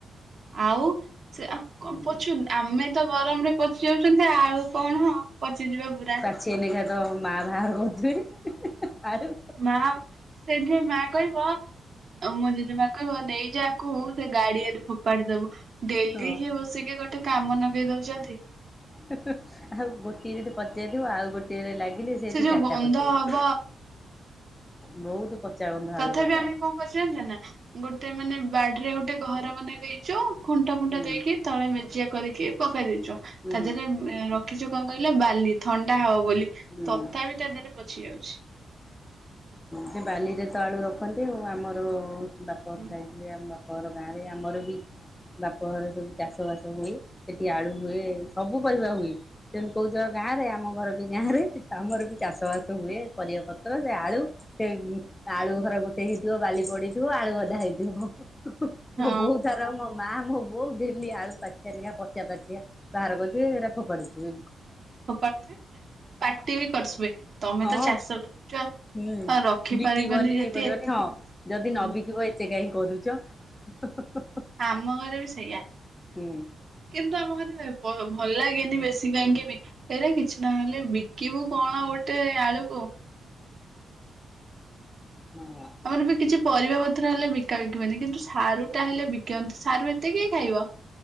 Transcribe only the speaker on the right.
ଆଉ ସେ <inaudible>
ଆମେ ତ ଗରମରେ ପଚି ଯାଉଛନ୍ତି ଆ ଆଉ କଣ ହଁ ପଚିଯିବ ପୁରା।
ମା ସେଥିପାଇଁ ମା କହିବ ଆଉ ମୁଁ ଯଦି ମା କହିବ ନେଇଯାଆକୁ ସେ ଗାଡିଆରେ ଫୋପାଡି ଦବ। ଡେଲି
କି ବସିକି ଗୋଟେ କାମ ଲଗେଇଁ ଦଉଛନ୍ତି।
ସେ ଯୋଉ
ଗନ୍ଧ
ହବ
ତଥାପି
ଆମେ କଣ କରିଚୁ ଜାଣିଚ ନା ଗୋଟେ ମାନେ ବାଡିରେ ଗୋଟେ ଘର ବନେଇ ଦେଇଚୁ। କଣ୍ଟା ଫଣ୍ଟା
ଦେଇକି ତଳେ ମେଜିଆ କରିକି ପକେଇ ଦେଇଚୁ ତା
ଦେହରେ। ରଖିଛୁ କଁ କହିଲ ବାଲି ଥଣ୍ଡା ହବ ବୋଲି
ତଥାପି ତା ଦେହରେ ପଚି ଯାଉଛି।
ହୁଁ।
ହଁ
ପାଟିରେ ପାଟି କରିସିବେ ତମେ
ତ ଚାଷ <unintelligible>
ଆଉ ରଖିପାରିବନି
ଯଦି
ହୁଁ
ଆମ ଘରେ ବି ସେଇଆ
କିନ୍ତୁ ଆମ ଘରେ ପ ଭଲ ଲାଗେନି ବେଶୀ କାହିଁକି ମି ହେଇଟା କିଛି ନହଲେ ବିକିବୁ କଣ ଗୋଟେ ଆଳୁକୁ
ଆମର ଏ ବି କିଛି ପରିବା ପତ୍ର ହେଲେ ବିକା ବିକି ହୁଏନି କିନ୍ତୁ ସାରୁ ଟା ହେଲେ ବିକିନ୍ତି ସାରୁ ଏତେ କିଏ ଖାଇବ?